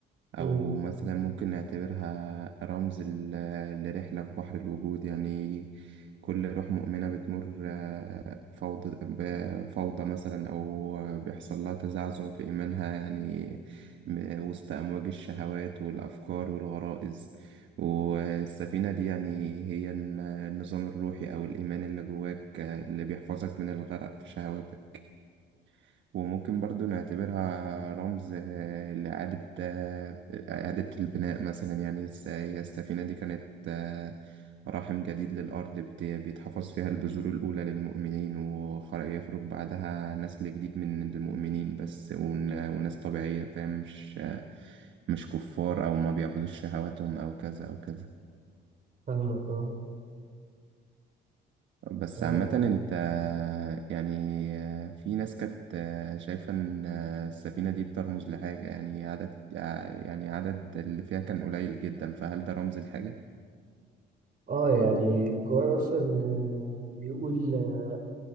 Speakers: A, on the right; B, on the right.
A: امم
B: أو مثلا ممكن نعتبرها رمز ل- لرحلة في بحر الوجود يعني كل روح مؤمنة بتمر آه، فوضى بفوضى مثلا أو بيحصل لها تزعزع في إيمانها يعني م- وسط أمواج الشهوات والأفكار والغرائز والسفينة دي يعني هي الن- النظام الروحي أو الإيمان اللي جواك آه، اللي بيحفظك من الغرق في شهواتك وممكن برضو نعتبرها رمز آه، لإعادة آه، إعادة البناء مثلا يعني الس- هي السفينة دي كانت آه، رحم جديد للأرض بت- بيتحفظ فيها البذور الأولى للمؤمنين ويخرج بعدها نسل جديد من المؤمنين بس ون- وناس طبيعية فاهم مش آه، مش كفار أو ما بيعبدوش شهواتهم أو كذا أو كذا
A: فاهمك اه
B: بس
A: آه,
B: عامة انت يعني في ناس كانت شايفة ان السفينة دي بترمز لحاجة يعني عدد يعني عدد اللي فيها كان قليل جدا فهل ده رمز لحاجة؟
A: آه يعني القرآن أصلا آه، بيقول آه،